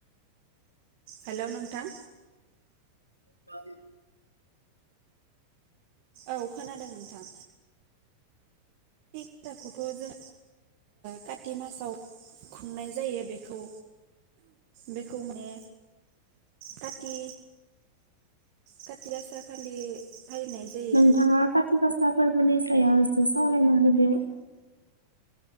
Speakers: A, on the right; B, on the right.
A: हेल नोंथां
B: थ <inaudible>
A: औ खोनादों नोंथां फुजाखौथ जों कारत मासाव खुंनाय जायो बेखौ बेखौ माने खाथि खाथि गासा खालि फालिनाय जायो
B: नोंथाङा खाथि गासा फोरबोनि सायाव एसे सावरायना होदो